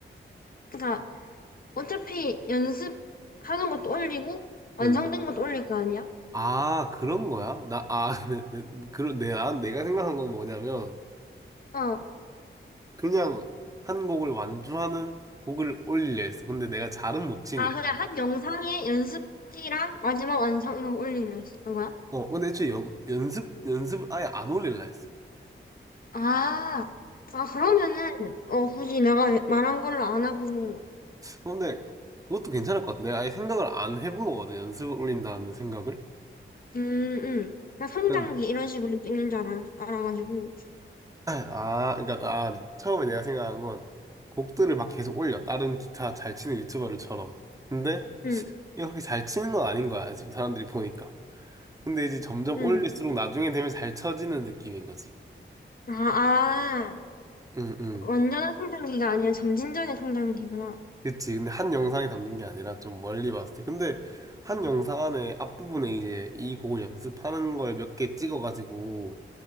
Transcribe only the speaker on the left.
그니까 어차피 연습하는 것도 올리고 완성된
것도 올릴 거 아니야?
어.
아 그냥 한 영상에 연습기랑 마지막 완성 이런 거 올리려 했었던 거야?
아, 아 그러면은 어 굳이 내가 말한 걸로 안 하고
음, 음. 약간 성장기
이런 식으로 찍는 줄 알아, 알아가지고
음,
음.
아, 아.
완전한 성장기가 아니라 점진적인 성장기구나.